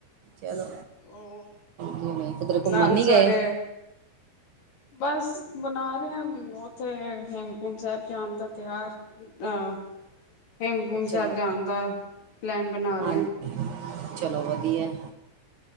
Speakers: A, on the right; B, on the left.
A: ਚਲੋ
B: ਉਹ
A: ਜਿਵੇਂ ਕਿਧਰੇ ਘੁੰਮਣ
B: ਨਾਲ
A: ਨੀ
B: ਸਵੇਰੇ
A: ਗੇ।
B: ਬਸ ਬਣਾ ਰੇ ਆ ਉੱਥੇ ਹੇਮਕੁੰਟ ਸਾਹਿਬ ਜਾਣ ਦਾ ਤਿਹਾਰ ਅ, ਹੇਮਕੁੰਟ
A: ਚਲੋ
B: ਸਾਹਿਬ ਜਾਣ ਦਾ, ਪਲੈਨ ਬਣਾ ਰਹੇਹਾ।
A: ਹਾਂਜੀ ਚਲੋ ਵਧੀਆ ਏ।